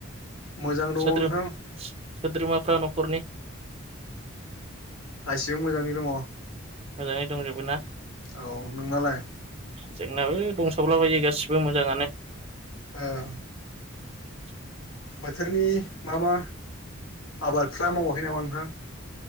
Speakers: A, on the left; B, on the right.
A: मोजां दङ नोंथां
B: सोद्रो सोद्रोमाफ्रा न'खरनि
A: गासिबो मोजाङै दङ
B: मोजाङै दंजोबो ना
A: औ नोंनालाय
B: जोंनाबो दंसावलाबायो गासिबो मोजाङानो
A: औ
B: <unintelligible>
A: बोथोरनि मा मा आबादफ्रा मावाखै नामा नोंथाङां